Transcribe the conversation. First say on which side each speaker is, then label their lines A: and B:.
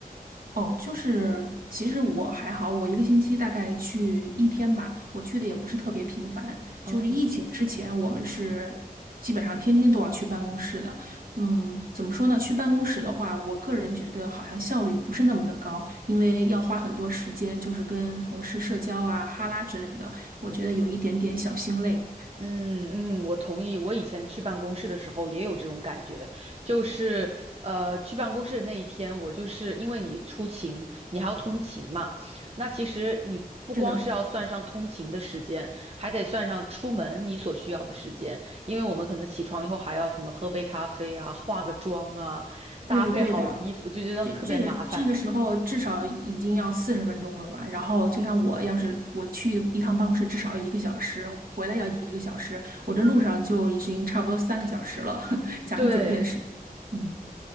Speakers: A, on the right; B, on the right.
A: 哦，就是其实我还好，我一个星期大概去一天吧，我去的也不是特别频繁。
B: 嗯。
A: 就是疫情之前，我们是基本上天天都要去办公室的。嗯，怎么说呢？去办公室的话，我个人觉得好像效率不是那么的高，因为要花很多时间，就是跟同事社交啊、哈拉之类的，我觉得有一点点小心累。
B: 嗯嗯，我同意。我以前去办公室的时候也有这种感觉，就是呃，去办公室的那一天，我就是因为你出勤，你还要通勤嘛，那其实你不光是要算上通勤的时间，
A: 是的，
B: 还得算上出门你所需要的时间，因为我们可能起床以后还要什么喝杯咖啡啊，化个妆啊，搭配好衣服，
A: 对的，对的。
B: 就觉得特别麻烦。
A: 这这个这个时候至少已经要四十分钟了吧？然后就像我要是我去一趟办公室，至少要一个小时，回来要一个小时，我这路上就已经差不多三个小时了，<laughs> 加上准备的时间，
B: 对。
A: 嗯，